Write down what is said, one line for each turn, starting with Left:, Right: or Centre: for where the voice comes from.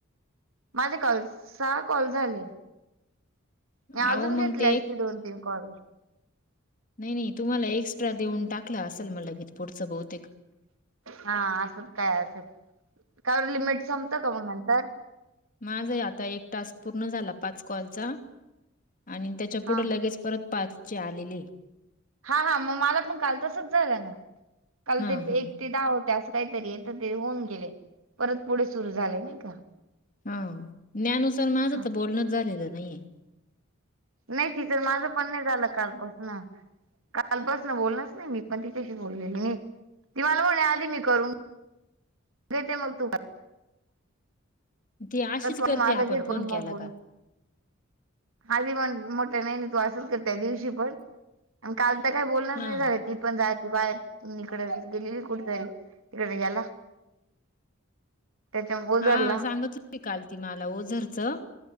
Right: माझे काल सा कॉल झाले. मी अजून
Left: अहो, मग
Right: घेतल्यात
Left: ते
Right: पुढून तीन कॉल.
Left: नाई नाई तुम्हाला एक्स्ट्रा देऊन टाकलं असेल, म लगेच पुढचं बहुतेक.
Right: हा असंच काय असेल, का लिमिट संपत का मग नंतर?
Left: माझही आता एक टास्क पूर्ण झाला पाच कॉलचा आणि त्याच्या
Right: हा
Left: पुढे लगेच परत पाच चे आलेले.
Right: हा हा. मग मला पण काल तसच झालं ना, काल
Left: हां,
Right: ते
Left: हां.
Right: एक ते दहा होते असं काहीतरी येतं ते होऊन गेले, परत पुढे सुरू झाले नाही का?
Left: हा न्यानु च आन माझं
Right: असं.
Left: तर बोलणच झालेलं नाहीेये.
Right: नाई तिच अन माझं पण नाही झालं काल पण हा काल पसनं ना बोलणच नाई मी पण तिच्याशी बोलली नाई. ती मला म्हणे आदि मी करून देते मग तू <unintelligible> तू
Left: ती अशीच
Right: आधी
Left: करते
Right: माझा
Left: आपण
Right: घे
Left: फोन
Right: करून
Left: केला
Right: मग बोलू
Left: का.
Right: हवी म्हण मोठ नाही असं करते दिवशी पण आणि काल तर काय बोलणच
Left: हां,
Right: नाही झालं ति पण जरा बाहेर कुणीकड गेलीली कुठेतरी तिकड याला त्याच्या ओझरला
Left: हा सांगत होती काल ती मला ओझरच.